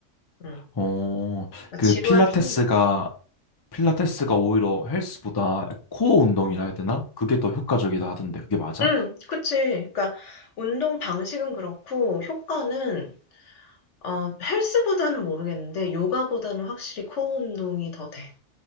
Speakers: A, on the left (about 70°); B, on the left (about 35°).
A: 응.
B: 어,
A: 그러니까
B: 그
A: 지루할
B: 필라테스가,
A: 필요는 없어.
B: 필라테스가 오히려 헬스보다 코어 운동이라
A: 음.
B: 해야 되나? 그게 더 효과적이다 하던데, 그게 맞아?
A: 응, 그치. 그러니까 운동 방식은 그렇고 효과는 어, 헬스보다는 모르겠는데 요가보다는 확실히 코어 운동이 더 돼.